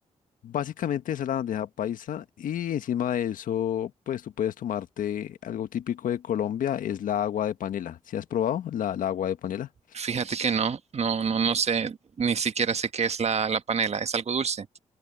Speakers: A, on the left; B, on the right.
A: Básicamente esa es la bandeja paisa y encima de eso, pues tú puedes tomarte algo típico de Colombia, es la agua de panela. ¿Sí has probado la, la agua de panela?
B: Fíjate que no, no, no, no sé, ni siquiera sé qué es la, la panela, es algo dulce.